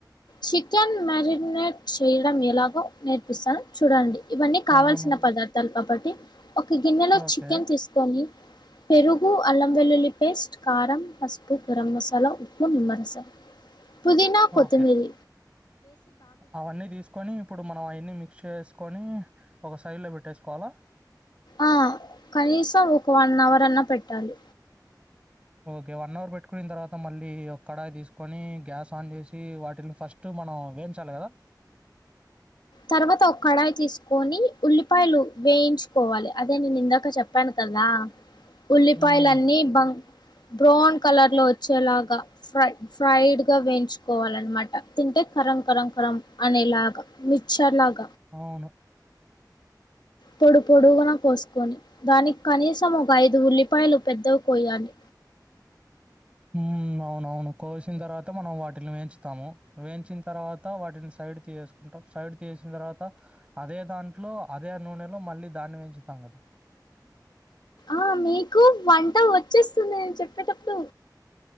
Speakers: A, on the left; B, on the right.
A: చికెన్ మ్యాగినేట్ చేయడం ఎలాగో నేర్పిస్తాను చూడండి ఇవన్నీ కావాల్సిన
B: అవును
A: పదార్థాలు కాబట్టి ఒక గిన్నెలో
B: ఓకే
A: చికెన్ తీసుకొని పెరు ఉప్పు అల్లం వెల్లుల్లి పేస్ట్ కారం పసుపు గరం మసాలా ఉప్పు నిమ్మ రసం పుదినా కొత్తిమీరి
B: ఓకే అవన్నీ తీసుకొని ఇప్పుడు మనం అవన్నీ మిక్స్ చేస్ కొని ఒక సైడ్లో పెట్టేసుకోవాలా
A: ఆ కనీసం ఒక వన్ అవర్ అన్నా పెట్టాలి
B: ఓకే వన్ అవర్ పెట్టుకున్న తర్వాత మళ్ళీ ఒ కడాయి తీసుకొని గ్యాస్ ఆన్ చేసి వాటిని ఫస్ట్ మనం వేంచాల కదా
A: తర్వాత ఒక కడాయి తీసుకొని ఉల్లిపాయలు వేయించుకోవాలి అదే నేను ఇందాక చెప్పాను కద కా ఉల్లిపాయలన్నీ
B: ఉమ్
A: బం బ్రౌన్ కలర్ లో వచ్చేలాగా ఫై ఫ్రైడ్ గా వేయించుకోవాలనమాట తి కరం కరం కరం అనేలాగా మిక్షర్ గా
B: అవును
A: పొడు పొడుగున పోసుకొని దానికి కనీసం
B: ఓకే
A: ఒక ఐదు ఉల్లిపాయలు పెద్దవి కోయాలి
B: ఉమ్ అవునవును కోసిన తర్వాత మనం వాటిని వేంచుతాము వేయించిన తర్వాత వాటిని సైడ్ చేసుకుంటాం సైడ్ తీసిన తర్వాత అదే దాంట్లో అదే నూనెలో మళ్ళీ దాన్ని వెంచుతాం
A: ఆ మీకు వంట వచ్చేస్తుందిను చెప్పేటప్పుడు